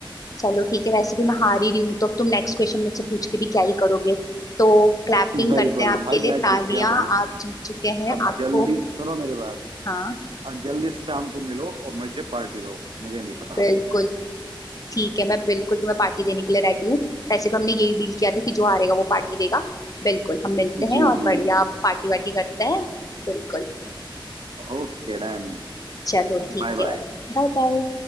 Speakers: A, on the left (about 40°); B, on the right (about 75°).
A: चलो ठीक है वैसे भी मैं हार ही रही हूँ तो अब तुम नेक्स्ट क्वेश्चन मुझसे पूछ के भी क्या ही करोगे तो क्लैपिंग
B: बिल्कुल
A: करते हैं आपके
B: भाई
A: लिए
B: मैं जीत
A: तालियां
B: गया हूँ
A: आप जीत चुके हैं
B: अब
A: आपको
B: जल्दी सुनो मेरी बात
A: हाँ
B: अब जल्दी से शाम को मिलो और मुझे पार्टी दो मुझे नहीं पता
A: बिल्कुल ठीक है मैं बिल्कुल तुम्हें पार्टी देने के लिए रेडी हूँ वैसे भी हमने यही डील किया था कि जो हारेगा वो पार्टी देगा बिल्कुल हम मिलते
B: जी
A: हैं और
B: जी
A: बढ़िया पार्टी वार्टी करते हैं बिल्कुल
B: Okay done
A: चलो ठीक
B: Bye
A: है
B: bye
A: बाय बाय